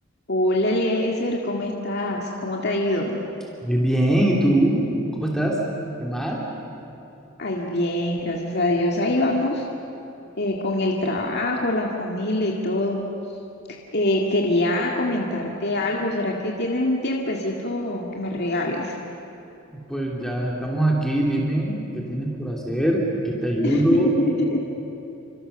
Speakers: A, on the left; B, in the centre.
A: Hola Eliezer, ¿cómo estás? ¿Cómo te ha ido?
B: Bien, bien, ¿y tú? ¿Cómo estás? ¿Qué más?
A: Ay, bien, gracias a Dios. Ahí vamos eh, con el trabajo, la familia y todo. Eh, quería comentarte algo. ¿Será que tienes un tiempecito que me regales?
B: Pues ya estamos aquí, dime qué tienes por hacer, qué te ayudo.
A: <laughs>